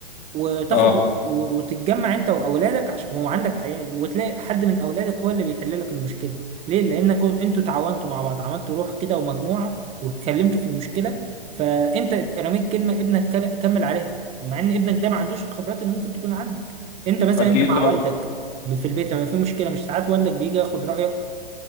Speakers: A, on the right; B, on the left.
A: وتاخد
B: اه
A: وتتجمع انت واولادك عشان وعندك عيال وتلاقي حد من اولادك هو اللي بيحل لك المشكله ليه لانكم انتوا تعاونتوا مع بعض عملتوا روح كده ومجموعه واتكلمتوا في المشكله فانت رميت كلمه ابنك كل- كمل عليها مع ان ابنك ده ما عندوش الخبرات اللي ممكن تكون عندك انت مثلا
B: اكيد
A: انت مع
B: طبعا
A: والدك في البيت لما في مشكله مش ساعات والدك بيجي ياخد رايك